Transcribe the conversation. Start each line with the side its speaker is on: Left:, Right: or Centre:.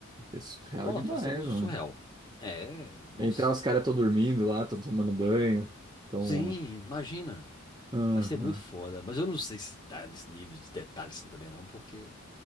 Right: É surreal
Left: Nossa,
Right: demais,
Left: vai ser muito
Right: mano.
Left: surreal. É, nossa.
Right: Entrar, os caras estão dormindo lá, estão tomando banho. Então,
Left: Sim, imagina.
Right: aham.
Left: Vai ser muito foda, mas eu não sei se tá nesse nível de detalhe assim também não, porque